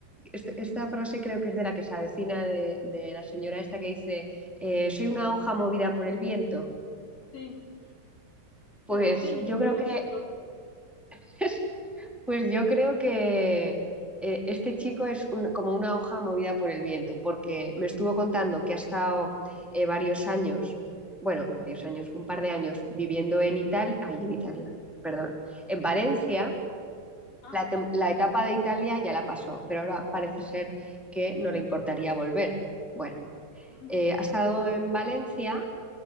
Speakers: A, in the centre; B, on the left (about 45°).
A: Este- Esta frase creo que es de la que se avecina de, de la señora esta que dice, eh, soy una hoja movida por el viento.
B: Sí,
A: Pues
B: de Araceli,
A: yo
B: él
A: creo
B: era
A: que,
B: así. o algo. así.
A: <laughs> pues yo creo que eh, este chico es un- como una hoja movida por el viento, porque me estuvo contando que ha estado eh, varios años, bueno, varios años, un par de años viviendo en Italia, ahí en Italia, perdón, en Valencia
B: Ah,
A: la, tem- la etapa de Italia ya la pasó, pero ahora parece ser que no le importaría volver. Bueno,
B: anda.
A: eh, ha estado en Valencia